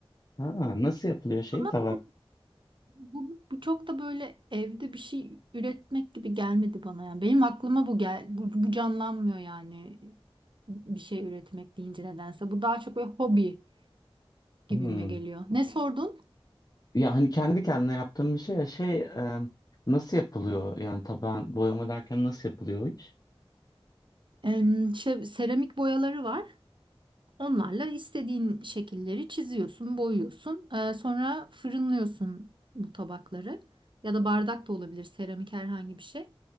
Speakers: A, on the left; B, on the right.
A: Ha, nasıl yapılıyor şey
B: Ama
A: tabak?
B: bu Bu, bu çok da böyle evde bir şey üretmek gibi gelmedi bana yani. Benim aklıma bu gel bu, bu canlanmıyor yani bir şey üretmek deyince nedense. Bu daha çok böyle hobi gibime
A: Hmm.
B: geliyor. Ne sordun?
A: Ya hani kendi kendine yaptığım bir şey ya şey e, nasıl yapılıyor? Yani taban boyama derken nasıl yapılıyor o iş?
B: Em, şey, seramik boyaları var. Onlarla istediğin şekilleri çiziyorsun, boyuyorsun. Ee, sonra fırınlıyorsun bu tabakları. Ya da bardak da olabilir, seramik herhangi bir şey.